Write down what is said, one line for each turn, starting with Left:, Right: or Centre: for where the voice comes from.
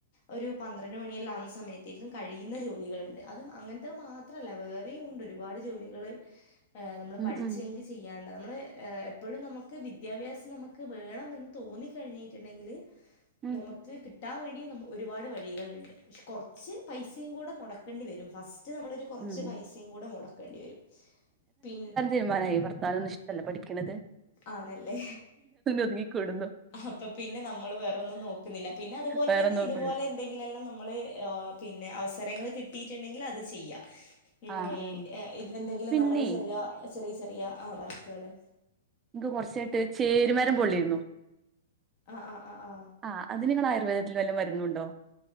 Left: ഒര് പന്ത്രണ്ട് മണിയെല്ല ആവുന്ന സമയത്തേക്കും കഴിയുന്ന ജോലികള്ണ്ട് അതും അങ്ങൻത്തെ മാ ത്രല്ല വേറിം ഉണ്ട് ഒരുപാട് ജോലികൾ ഏ നമ്മൾ
Right: ഉം
Left: പഠി
Right: ഉം
Left: ചെയ്യാണ്ട നമ്മൾ എപ്പഴും നമുക്ക് വിദ്യാഭ്യാസം നമുക്ക് വേണം എന്ന് തോന്നി കഴിഞീട്ട്ണ്ടെങ്കിൽ
Right: ഉം
Left: നമ്മ ക്ക് കിട്ടാ വേണ്ടി നമു ഒരുപാട് വഴീകൾണ്ട് പക്ഷെ കൊറച്ച് പൈസിം കൂട മൊടക്കണ്ടി വരും ഫസ്റ്റ് നമ്മളൊരു കൊറച്ച്
Right: ഉം
Left: പൈസിം കൂടെ മൊടക്കണ്ടി വരും പി
Right: തീര്മാനായി ഭർത്താവിനൊന്നും ഇഷ്ടല്ല പഠിക്ക്ണത്
Left: ആണല്ലേ
Right: ഒതുങ്ങിക്കൂടുന്നു
Left: അപ്പ പിന്നെ നമ്മൾ വേറൊന്ന് നോ ന്നില്ല പിന്നെ അത്പോല്
Right: വേറെ
Left: തന്നെ
Right: നോക്കുന്നു
Left: ഇത്പോലെ എന്തെിങ്കിലെല്ലാം നമ്മള് ഓഹ് പിന്നെ അവസരങ്ങൾ കിട്ടിട്ട്ണ്ടെങ്കിൽ അത് ച്ച്യ്യാം ഉം
Right: ആഹ് ആഹ്
Left: എന്തെങ്കിലും
Right: പിന്നെ
Left: നമ്മള് ചെറിയ ചെറിയ ചെറിയ ആ വർക്കുകള്
Right: ഇന്ന് കൊറച്ചായിട്ട് ചേരുമാരം പൊള്ളിരുന്നു
Left: ആഹ് ആഹ് ആഹ് ആഹ്
Right: ആഹ് അതിന് നിങ്ങൾ ആയുർവേദത്തിൽ വല്ല മരുന്നുണ്ടോ